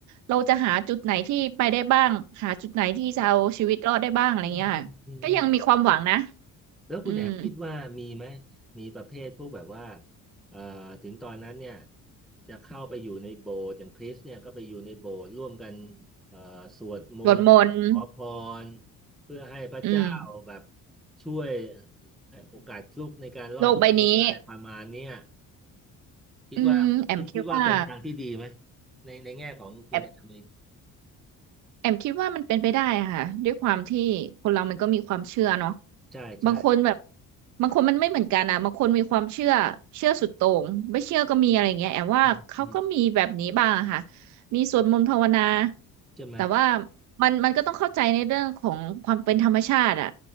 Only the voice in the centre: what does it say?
อืมอืมอืมอืมแล้วคุณแอบคิดว่ามีไหม
มีประเภทพวกแบบว่าเอ่อถึงตอนนั้นเนี่ยจะเข้าไปอยู่ในโบสถ์อย่างคริสเนี่ยก็ไปอยู่ในโบสถ์ร่วมกันเอ่อสวดมนต์ขอพ
รเพื่อให้พระเจ้าแบบ
ช่วยให้โอกาสฟลุกในการรอดชีวิตอะไรประมาณเนี้ย
คิดว่าคิดคิดว่าเป็นทางที่ดีไหม
ในในแง่ของคุณแอมเอง
ใช่ใช่
อืมอืม
ใช่ไหม